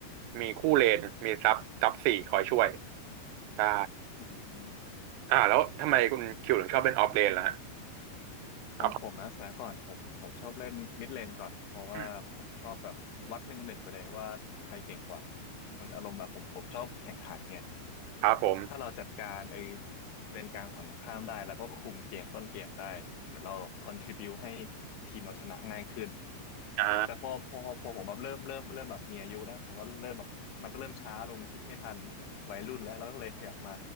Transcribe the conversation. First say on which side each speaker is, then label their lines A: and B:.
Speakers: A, on the right; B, on the left.
A: มีคู่เลนมีซับซับสี่คอยช่วยใช่
B: อืม
A: อ่าแล้วทำไมคุณคิวถึงชอบเล่นออฟเลนล่ะฮะ
B: ของผมนะสมัยก่อนผมผมชอบเล่นมิดเลนก่อนเพราะว่าผมชอบแบบวัดหนึ่งหนึ่งไปเลยว่าใครเก่งกว่า
A: ครับอืม
B: มันอารมณ์แบบผมผมชอบแข่งขันไง
A: ครับผม
B: ถ้าเราจัดการไอ้เลนกลางฝั่งตรงข้ามได้แล้วก็คุมเกมต้นเกมได้เหมือนเรา contribu ให้ทีมเราชนะง่ายขึ้น
A: อ่า
B: แต่พอพอพอผมแบบเริ่มเริ่มเริ่มแบบมีอายุแล้วผมก็เริ่มแบบมันก็เริ่มช้าลงคิดไม่ทันวัยรุ่นแล้วแล้วก็เลยขยับมา